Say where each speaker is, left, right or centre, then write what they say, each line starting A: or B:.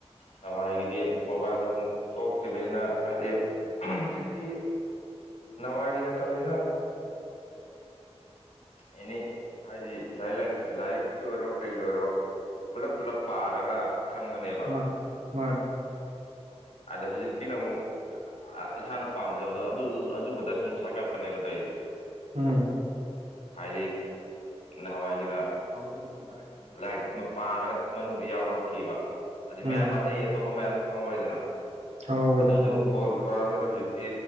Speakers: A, on the left; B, on the right.
A: ꯅꯋꯥꯏꯒꯤꯗꯤ ꯃꯣꯕꯥꯏꯜ ꯅꯨꯡ ꯊꯣꯛꯇ꯭ꯔꯤꯕꯅꯤꯅ ꯍꯥꯏꯗꯤ ꯍꯧꯖꯤꯛꯇꯤ ꯅꯋꯥꯏꯒꯤꯅ ꯇꯧꯔꯤꯖꯤꯅ ꯑꯦꯅꯤ ꯍꯥꯏꯗꯤ ꯂꯥꯏꯔꯤꯛ ꯂꯥꯏꯁꯨ ꯂꯥꯏꯔꯤꯛꯀꯤ ꯑꯣꯏꯔꯣ ꯀꯩꯒꯤ ꯑꯣꯏꯔꯣ ꯄꯨꯂꯞ ꯄꯨꯂꯞ ꯄꯥꯔꯒ ꯈꯪꯕꯅꯦꯕ
B: ꯃꯥꯅꯤ ꯃꯥꯅꯤ
A: ꯑꯗ ꯍꯧꯖꯤꯛꯀꯤꯅ ꯑꯃꯨꯛ ꯑ ꯏꯁꯥꯅ ꯄꯥꯝꯖꯕꯗꯣ ꯑꯗꯨꯗꯨ ꯑꯗꯨ ꯈꯛꯇ ꯁꯨꯝ ꯁꯛꯀꯠꯄꯅꯦꯕ ꯇꯧꯏꯁꯦ
B: ꯎꯝ
A: ꯍꯥꯏꯗꯤ ꯅꯍꯥꯟꯋꯥꯏꯒꯤꯅ
B: ꯒꯥ <unintelligible>
A: ꯂꯥꯏꯔꯤꯛꯁꯤꯃ ꯄꯥꯔꯒ ꯃꯅꯨꯡꯗ ꯌꯥꯎꯕ꯭ꯔꯥ ꯊꯤꯕ ꯑꯗꯩ
B: ꯎꯝ
A: ꯃꯌꯥꯝ ꯑꯇꯩ ꯑꯇꯣꯞꯄ ꯃꯌꯥꯝ ꯉꯧꯔꯦꯗꯅ
B: ꯈꯪꯍꯧꯋꯤ
A: ꯑꯗꯣ
B: ꯈꯪꯍꯧꯋꯤ
A: ꯖꯨꯝ ꯐꯣꯜ ꯊꯣꯔꯛꯑꯕꯅꯤꯅ ꯍꯧꯖꯤꯛꯇꯤ